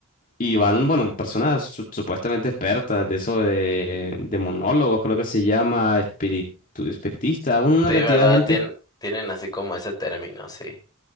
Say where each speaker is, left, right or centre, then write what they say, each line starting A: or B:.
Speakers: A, on the left; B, on the left.
A: Y van, bueno, personas su- supuestamente expertas de eso de, de monólogos, creo que se llama, espiritu- espiritista, un- una
B: Sí,
A: cantidad
B: ¿verdad?
A: de gente
B: Tien- tienen así como ese término, sí.